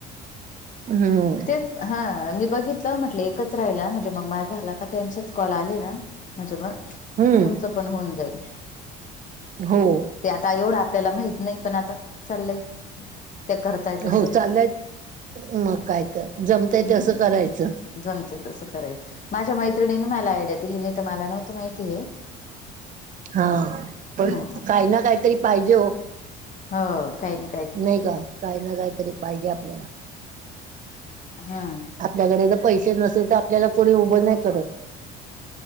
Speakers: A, on the right (about 40°); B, on the left (about 35°).
A: हम्म.
B: तेच हा मी बघितलं म्हटलं एकच राहिला म्हणजे मग मा झाला का त्यांचेच कॉल आले ना. म्हणजे म
A: हम्म
B: तुमच्या पण होऊन जाईल.
A: हो.
B: ते आता एवढं आपल्याला माहित नाही पण आता चाललंय. ते करताय तसं
A: हो चालल्यात मग काय तर. जमतय
B: हम्म
A: तसं करायचं
B: जमतं तसं करायचं माझ्या मै त्रिणीने मला आयडिया दिली नाही तर मला नव्हतं माहिती हे.
A: हा पण
B: हो
A: काही ना काहीतरी पाहिजे हो.
B: हो काही ना काही
A: नाही का काही ना काहीतरी पाहिजे आपल्याला.
B: हा.
A: आपल्याकडे जर पैशे नसेल तर आपल्याला कोणी उभं नाही करत.